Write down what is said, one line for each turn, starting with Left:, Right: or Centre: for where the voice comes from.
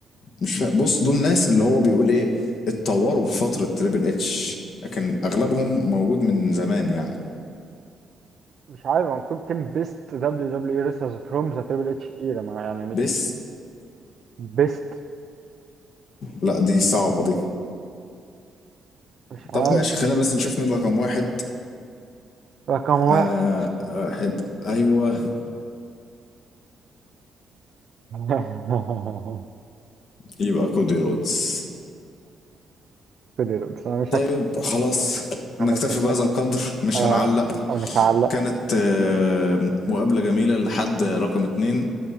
Left: مش فاهم بص دول ناس اللي هو بيقول ايه اتطوروا في فترة تريبل اتش لكن اغلبهم موجود من زمان يعني
Right: مش عارف هو مكتوب 10 بيست دبليو دبليو اي ريسرز فروم ذا تريبل اتش ايرا ما يعني مش
Left: بس
Right: بيست
Left: لا دي صعبة دي
Right: مش
Left: طب
Right: عارف
Left: ماشي خلينا بس نشوف مين رقم واحد
Right: رقم واحد
Left: آه واحد ايوه
Right: <laughs>
Left: يبقى كودي رودز
Right: كده بس انا مش
Left: طيب
Right: هك...
Left: خلاص
Right: انا
Left: نكتفي
Right: مش هك...
Left: بهذا القدر مش
Right: انا
Left: هنعلق
Right: أنا مش هعلق
Left: كانت آه، مقابلة جميلة لحد رقم اتنين